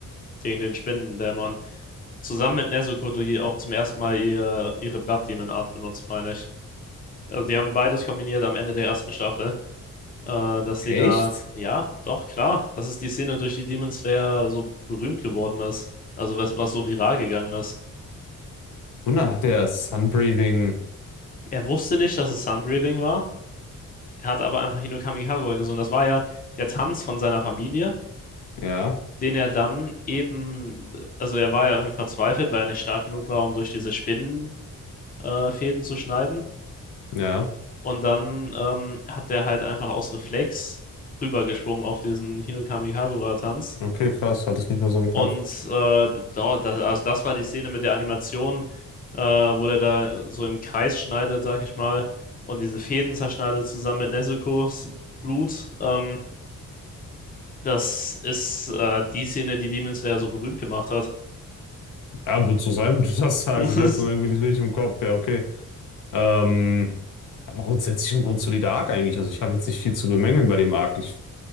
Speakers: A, on the left; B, on the left.
A: gegen den Spinnendämon. Zusammen mit Nezuko, die auch zum ersten Mal ihr, ihre Blood Demon Art benutzt, meine ich. Also die haben beides kombiniert am Ende der ersten Staffel. äh, dass
B: Echt?
A: sie da, ja, doch, klar, das ist die Szene, durch die Demon Slayer so berühmt geworden ist. Also was, was so viral gegangen ist.
B: Wunder, hat der Sunbreathing.
A: Er wusste nicht, dass es Sunbreathing war. Er hat aber einfach Hinokami Kamikawa gesungen. Das war ja der Tanz von seiner Familie,
B: Ja,
A: den er dann eben, also er war ja irgendwie verzweifelt, weil er nicht stark genug war, um durch diese Spinnenfäden äh, Fäden zu schneiden.
B: ja.
A: Und dann ähm, hat er halt einfach aus Reflex rübergeschwungen auf diesen Hinokami Kagura tanz
B: Okay, krass. Hatte ich nicht mehr so im Kopf.
A: Und äh, da, das, also das war die Szene mit der Animation, äh, wo der da so im Kreis schneidet, sag ich mal, und diese Fäden zerschneidet zusammen mit Nezuko's Blut. Ähm, das ist äh, die Szene, die Demon Slayer so berühmt gemacht hat.
B: Ja, wird so sein, <laughs> wenn du das sagst.
A: <laughs>
B: Ich hatte es nur irgendwie nicht richtig im Kopf. Ja, okay. Ähm, aber grundsätzlich ein grundsolider Arc eigentlich. Also ich habe jetzt nicht viel zu bemängeln bei dem Arc. Ich,